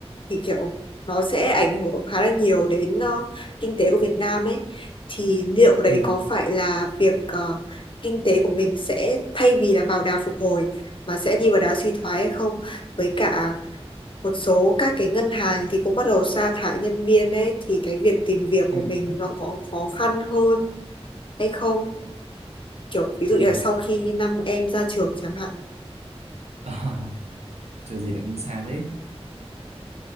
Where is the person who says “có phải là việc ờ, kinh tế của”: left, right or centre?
Left